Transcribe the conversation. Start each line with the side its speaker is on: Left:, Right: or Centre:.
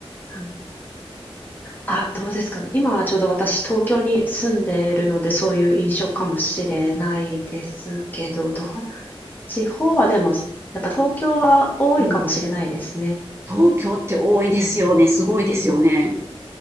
Left: はい。あ、どうですかね。今はちょうど私、東京に住んでいるので、そういう印象かもしれないですけど、どう、地方はでも、やっぱ東京は多いかもしれないですね。
Right: うん。東京って多いですよね。
Left: うん。
Right: すごいですよね。